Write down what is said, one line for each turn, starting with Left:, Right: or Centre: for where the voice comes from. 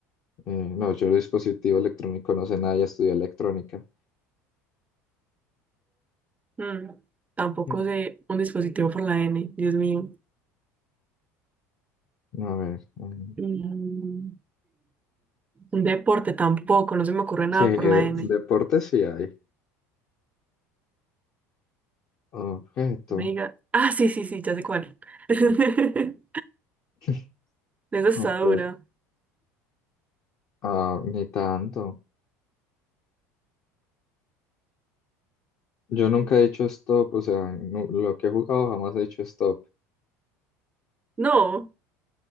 Left: Eh, no, yo de dispositivo electrónico no sé nada, ya estudié electrónica.
Right: mm. Tampoco
Left: Mm.
Right: sé un dispositivo por la N, Dios mío.
Left: A ver. mm,
Right: Mm, un deporte tampoco, no se me ocurre nada
Left: Sí,
Right: por
Left: de-
Right: la
Left: deporte
Right: N.
Left: sí hay. Objeto.
Right: Venga. Ah, sí, sí, sí, ya sé cuál. <laughs>
Left: <laughs>
Right: Esa está
Left: Ope-
Right: dura.
Left: Ah, ni tanto. Yo nunca he dicho stop, o sea, nu- lo que he jugado jamás he dicho stop.
Right: No,